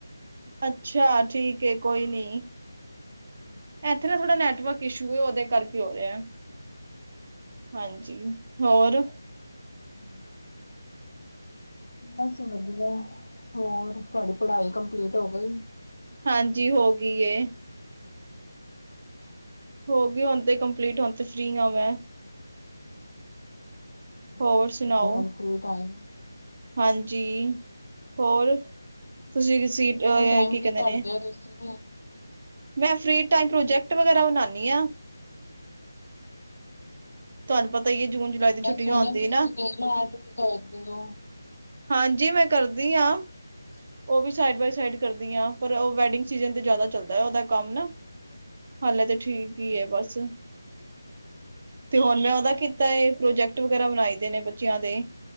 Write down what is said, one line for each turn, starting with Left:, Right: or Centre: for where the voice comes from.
Right: ਅੱਛਾ, ਠੀਕ ਏ, ਕੋਈ ਨੀ।
Left: ਹਮ
Right: ਇੱਥੇ ਨਾ, ਥੋੜਾ ਨੈਟਵਰਕ ਇਸ਼ੂ ਏ, ਉਹਦੇ ਕਰਕੇ ਹੋ ਰਿਹਾ। ਹਾਂਜੀ, ਹੋਰ
Left: ਹਮ ਬਸ, ਵਧੀਆ ਹੋਰ ਤੁਹਾਡੀ ਪੜ੍ਹਾਈ ਕੰਪਲੀਟ ਹੋ ਗਈ?
Right: ਹਾਂਜੀ, ਹੋ ਗਈ ਏ। ਹੋ ਗਈ, ਹੁਣ ਤੇ ਕੰਪਲੀਟ ਹੁਣ ਤੇ ਫ੍ਰੀ ਹਾਂ ਮੈਂ।
Left: <unintelligible>
Right: ਹੋਰ ਸੁਣਾਓ ਹਾਂਜੀ, ਹੋਰ? ਤੁਸੀਂ, ਅਹ
Left: ਫ੍ਰੀ ਟਾਈਮ
Right: ਕੀ ਕਹਿੰਦੇ
Left: ਕਰਦੇ
Right: ਨੇ?
Left: ਹੋ ਤੁਸੀਂ?
Right: ਮੈਂ, ਫ੍ਰੀ ਟਾਈਮ ਪ੍ਰੋਜੈਕਟ ਵਗੈਰਾ ਬਣਾਉਂਦੀ ਹਾਂ। ਤੁਹਾਨੂੰ ਪਤਾ ਹੀ ਹੈ, ਜੂਨ- ਜੁਲਾਈ ਦੀ
Left: ਮੈਂ
Right: ਛੁੱਟੀਆਂ
Left: ਸੁਣਿਆ
Right: ਹੁੰਦੀ
Left: ਤੁਸੀਂ
Right: ਹੈ, ਨਾ
Left: ਨੇਲ ਆਰਟ, ਵੀ ਕਰਦੇ ਹੋ?
Right: ਹਾਂਜੀ, ਮੈਂ ਕਰਦੀ ਹਾਂ, ਉਹ ਵੀ ਸਾਈਡ ਬਾਏ, ਸਾਈਡ ਕਰਦੀ ਹਾਂ, ਪਰ ਉਹ ਵੈਡਿੰਗ ਸੀਜਨ ਤੇ ਜ਼ਿਆਦਾ ਚੱਲਦਾ, ਉਹਦਾ ਕੰਮ ਨਾ, ਹਾਲੇ ਤਾਂ ਠੀਕ ਹੀ ਹੈ, ਬਸ ਤੇ ਹੁਣ ਮੈਂ, ਉਹਦਾ ਕੀਤਾ ਏ ਪ੍ਰੋਜੈਕਟ ਵਗੈਰਾ ਬਣਾਈ ਦੇ ਨੇ, ਬੱਚਿਆਂ ਦੇ